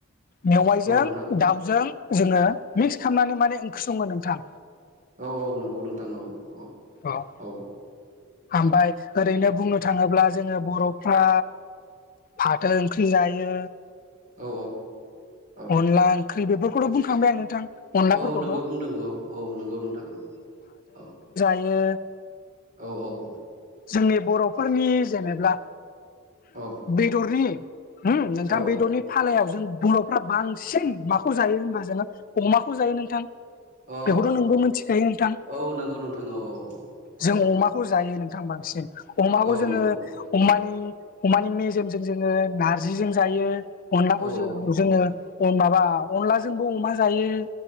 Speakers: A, on the left; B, on the right.
A: मेवाइजों
B: औ नोंथां
A: दाउजों जोङो मिक्स खालामनानै माने ओंख्रि सङो नोंथां
B: औ औ नंगौ नोंथां औ औ
A: अ
B: औ
A: ओमफ्राय ओरैनो बुंनो थाङोब्ला जोङो बर'फ्रा फाथो ओंख्रि जायो।
B: औ औ
A: अनला ओंख्रि बेफोरखौथ' बुंखांबाय आं नोंथां अनलाफोरखौथ'
B: औ नोंगौ बुंदों औ औ नंगौ नोंथां औ औ।
A: ओमफ्रायो
B: औ औ
A: जोंनि बर'फोरनि जेनब्ला
B: औ
A: बेदरनि हो नोंथां
B: औ
A: बेदरनि फालायाव जों बर'फ्रा बांसिन माखौ जायो होनबा जोङो अमाखौ जायो नोंथां,
B: औ
A: बेखौथ' नोंबो मिथिखायो नोंथां?
B: औ नंगौ नोंथां औ औ
A: जों अमाखौ जायो नोंथां बांसिन अमाखौ
B: औ
A: जोङो
B: नंगौ नोंथां
A: अमानि अमानि मेजेमजों जोङो नारजिजों जायो अनलाखौ
B: औ
A: जो
B: औ
A: जोङो माबा अनलाजोंबो अमा जायो